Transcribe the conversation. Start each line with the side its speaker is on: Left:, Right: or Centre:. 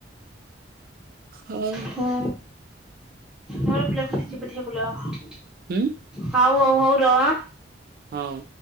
Right: ହଁ।
Centre: ହୁଁ ମୋର ଫୁଲ ଫୁଟିଚି ବଢିଆ ଫୁଲ ହଉ
Right: ହୁଁ
Centre: ହଉ ହଉ ର ଆଁ
Right: ହଉ।